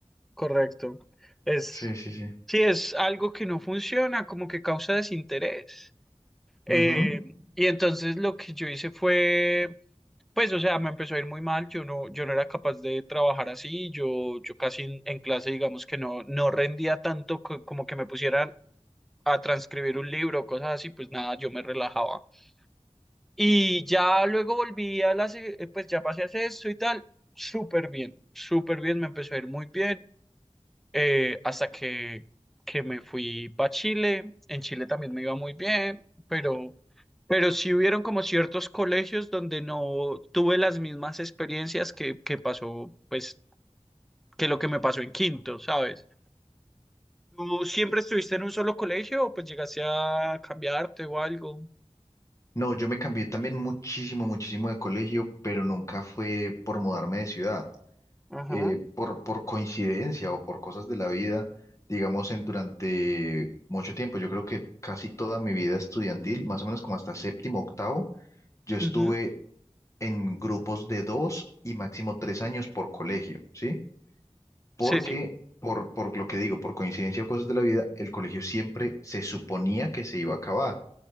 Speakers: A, in the centre; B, on the left.
A: correcto. Es,
B: Sí, sí, sí.
A: sí, es algo que no funciona, como que causa desinterés. Eh,
B: Ujú.
A: y entonces lo que yo hice fue, pues, o sea, me empezó a ir muy mal, yo no, yo no era capaz de trabajar así, yo, yo casi en, en clase, digamos que no, no rendía tanto co- como que me pusieran a transcribir un libro, cosas así, pues nada, yo me relajaba. Y ya luego volví a la, se- eh, pues ya pasé a hacer y tal, súper bien, súper bien, me empezó a ir muy bien eh, hasta que, que me fui para Chile. En Chile también me iba muy bien, pero, pero sí hubieron como ciertos colegios donde no tuve las mismas experiencias que, que pasó, pues, que lo que me pasó en quinto, ¿sabes? ¿Tú siempre estuviste en un solo colegio o pues llegaste a cambiarte o algo?
B: No, yo me cambié también muchísimo, muchísimo de colegio, pero nunca fue por mudarme de ciudad.
A: Ajá.
B: Eh, por, por coincidencia o por cosas de la vida, digamos, en, durante mucho tiempo, yo creo que casi toda mi vida estudiantil, más o menos como hasta séptimo, octavo, yo estuve
A: ujú.
B: en grupos de dos y máximo tres años por colegio, ¿sí? Porque,
A: Sí, sí.
B: por, por lo que digo, por coincidencia o cosas de la vida, el colegio siempre se suponía que se iba a acabar